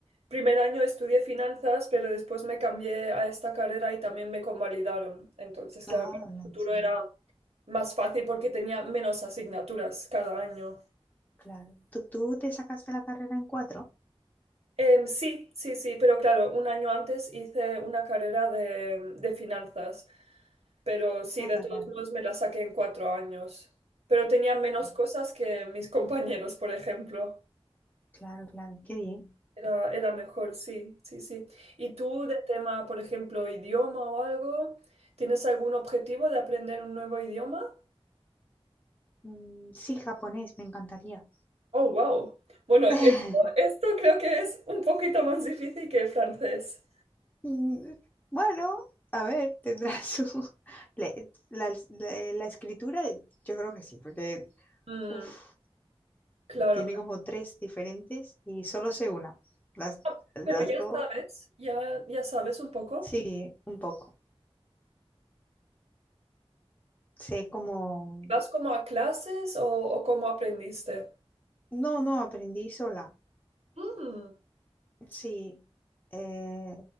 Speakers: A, on the right; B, on the left.
A: primer año estudié finanzas, pero después me cambié a esta carrera y también me convalidaron. Entonces, claro,
B: Ah,
A: para
B: menos
A: el futuro
B: mal.
A: era más fácil porque tenía menos asignaturas cada año.
B: Claro. ¿Tú, tú te sacaste la carrera en cuatro?
A: Em, sí, sí, sí, pero claro, un año antes hice una carrera de, de finanzas Pero sí,
B: Ah,
A: de
B: vale,
A: todos
B: vale.
A: modos me la saqué en cuatro años. Pero tenía menos
B: vale.
A: cosas que mis <laughs> compañeros, por ejemplo.
B: Claro, claro. Qué bien.
A: Era, era mejor, sí, sí, sí. ¿Y tú de tema, por ejemplo, idioma o algo? ¿Tienes algún objetivo de aprender un nuevo idioma?
B: Mm, sí, japonés, me encantaría.
A: Oh, wow. Bueno,
B: <laughs>
A: esto, esto creo que es un poquito más difícil que el francés.
B: Mm, Bueno, a ver, tendrá su... <laughs> le- La, la- la escritura, yo creo que sí, porque
A: Mm,
B: uf,
A: claro,
B: tiene
A: claro.
B: como tres diferentes y solo sé una. Las,
A: Ah,
B: las
A: Pero ya
B: dos,
A: sabes, ya, ya sabes un poco.
B: sí, un poco. Sé como...
A: ¿Vas como a clases o, o cómo aprendiste?
B: No, no, aprendí sola.
A: Mm.
B: Sí, eh,